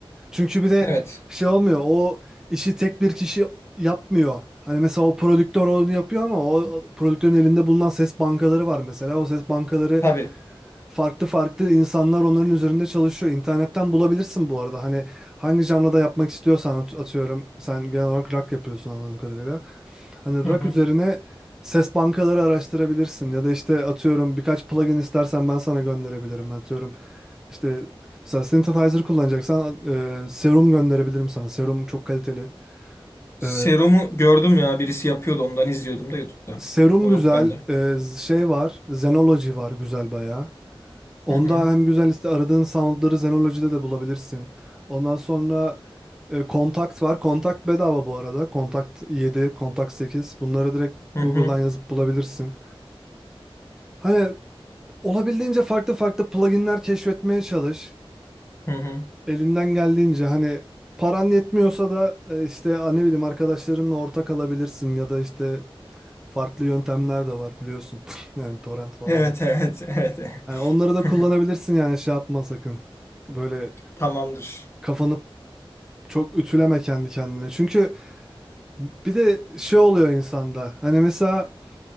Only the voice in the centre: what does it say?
Çünkü bir de
şey olmuyor. O işi tek bir kişi yapmıyor. Hani mesela o prodüktör onu yapıyor ama o prodüktörün elinde bulunan ses bankaları var mesela. O ses bankaları
Farklı farklı insanlar onların üzerinde çalışıyor. İnternetten bulabilirsin bu arada. Hani hangi janrada yapmak istiyorsan at- atıyorum. Sen genel olarak rock yapıyorsun anladığım kadarıyla. Hani
rock
üzerine ses bankaları araştırabilirsin. Ya da işte atıyorum birkaç plugin istersen ben sana gönderebilirim. Atıyorum işte mesela synthesizer kullanacaksan e, Serum gönderebilirim sana. Serum çok kaliteli.
E,
Serum
güzel.
E, şey var. Zenology var güzel bayağı. Onda
hem güzel liste aradığın soundları Zenology'de de bulabilirsin. Ondan sonra e, Kontakt var. Kontakt bedava bu arada. Kontakt 7, Kontakt 8. Bunları direkt
Google'dan
yazıp bulabilirsin. Hani olabildiğince farklı farklı pluginler keşfetmeye çalış.
Elinden geldiğince hani paran yetmiyorsa da e, işte a, ne bileyim arkadaşlarınla ortak alabilirsin ya da işte farklı yöntemler de var biliyorsun. <laughs> Yani torrent falan
gibi.
Hani onları da
kullanabilirsin yani şey yapma sakın. Böyle
kafanı Çok ütüleme kendi kendine. Çünkü bir de şey oluyor insanda. Hani mesela